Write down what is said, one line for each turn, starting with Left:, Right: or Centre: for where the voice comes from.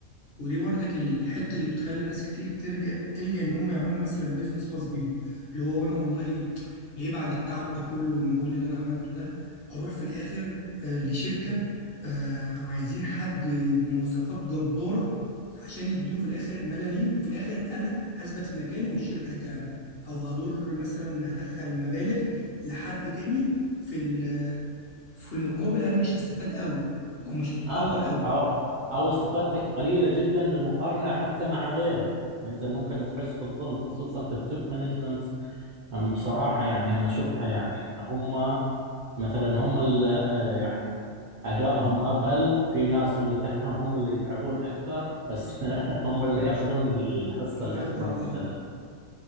Left: ودي برضك الحته اللي بتخلي ناس كتير ترجع تلجأ ان هم يعملوا مثلا بيزنس خاص بيهم اللي هو انا والله ليه بعد التعب ده كله والمجهود اللي انا عملته ده اروح في الاخر آه، لشركه آه، عايزين حد بمواصفات جباره عشان يديله في الاخر ملالين وفي الاخر انا هثبت في مكاني والشركه هتعلى او هضر مثلا هدخل مبالغ لحد تاني في ال- في المقابل انا مش هستفاد قوي او مش هتطور
Right: آه
Left: قوي
Right: او او استفادتك قليله جدا بالمقارنه حتى مع غيره انت ممكن تحس بالظلم خصوصا في التوب مانجمنت أم بصراحه يعني انا شفتها يعني ان هم مثلا هم اللي يعني أدائهم أقل في ناس اللي تحتهم هم اللي يتعبون أكثر بس <laughs> هم اللي يأخذون الحصة
Left: هم
Right: الأكبر
Left: ياخدوا ال-
Right: مثلا
Left: اه